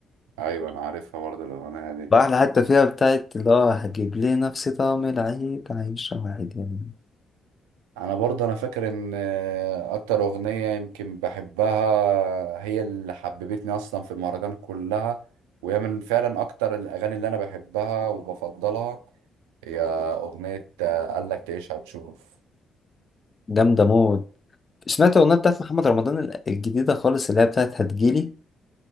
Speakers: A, on the right; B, on the left.
A: ايوه انا عارفها برضو الاغنيه دي
B: واحدة حتى فيها بتاعت اللي هو هجيب لي نفسي طعم العيد عايشة واحد يمين
A: انا برضو انا فاكر ان آه، اكتر اغنيه يمكن بحبها هي اللي حببتني اصلا في المهرجان كلها وهي من فعلا اكتر الاغاني اللي انا بحبها وبفضلها هي أغنية آه، قال لك تعيش هتشوف
B: جامدة موت سمعت الأغنية بتاعت محمد رمضان ال- الجديدة خالص اللي هي بتاعت هتجيلي